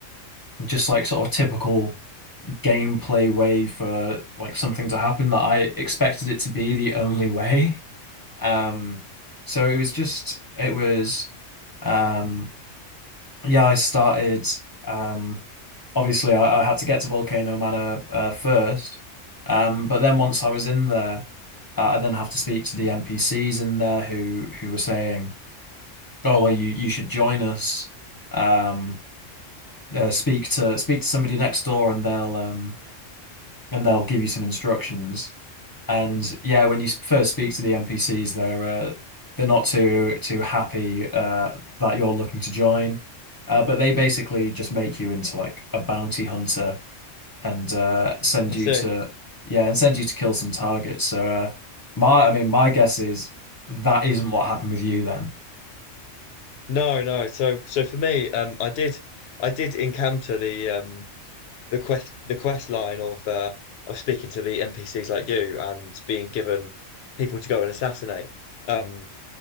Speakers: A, on the left (about 20°); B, on the left (about 70°).
A: just like sort of typical gameplay way for like something to happen that I expected it to be the only way. Um, so it was just, it was, um, yeah, I started. Um, obviously, I, I had to get to Volcano Manor uh, first, um, but then once I was in there, uh, I then have to speak to the NPCs in there who who were saying, "Oh, well, you you should join us. Um, uh, speak to speak to somebody next door, and they'll um, and they'll give you some instructions. And yeah, when you s- first speak to the NPCs, they're uh, they're not too too happy uh, that you're looking to join, uh, but they basically just make you into like a bounty hunter, and uh, send
B: I
A: you
B: see.
A: to yeah, and send you to kill some targets. So uh, my I mean my guess is that isn't what happened with you then.
B: No, no. So so for me, um, I did I did encounter the um the quest the quest line of uh of speaking to the NPCs like you and being given people to go and assassinate. Um,